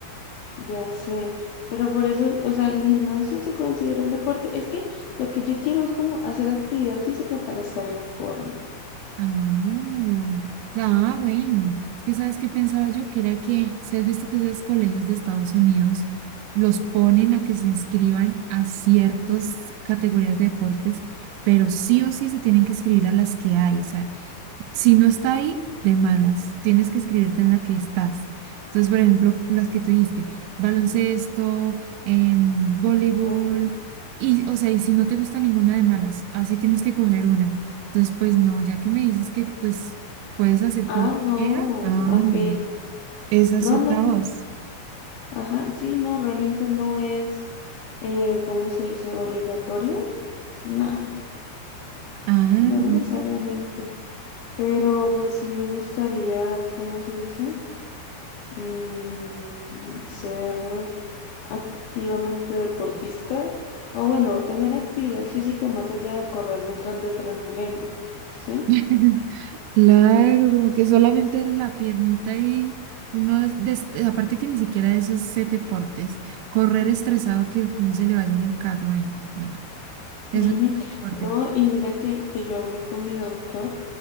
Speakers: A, on the left; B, on the right.
A: ya sé. Pero por eso, o sea, el gimnasio se considera un deporte. Es que lo que yo quiero es como hacer actividad física para estar en forma.
B: Ah, ah, bueno, es que sabes qué pensaba yo, que era que, si has visto que esos colegios de Estados Unidos los ponen a que se inscriban a ciertas categorías de deportes, pero sí o sí se tienen que inscribir a las que hay, o sea, si no está ahí, de malas, tienes que escribirte en la que estás. Entonces, por ejemplo, las que tuviste, baloncesto, em, voleibol,
A: Ujú.
B: y, o sea, y si no te gusta ninguna de malas, así tienes que coger una. Entonces, pues no, ya que me dices que pues puedes hacer
A: Ah,
B: cualquiera,
A: no,
B: ah,
A: ok.
B: no, esa
A: No,
B: es otra
A: no,
B: voz.
A: Ajá, sí, no, realmente no es, eh, ¿cómo se dice? ¿Obligatorio? No,
B: Ah,
A: no
B: no.
A: necesariamente. Pero pues sí me gustaría, ¿cómo se dice? Mm, ser activamente deportista o bueno, tener actividad física más allá de correr el tras de Transmilenio, ¿sí?
B: <laughs> Claro, como que solamente la piernita y uno, es des- aparte que ni siquiera eso es ese deporte, es correr estresado que no se le vaya en el carro. Ay, no, no, no, eso
A: Ujú.
B: no es deporte.
A: No, y mira que, que yo hablé con mi doctor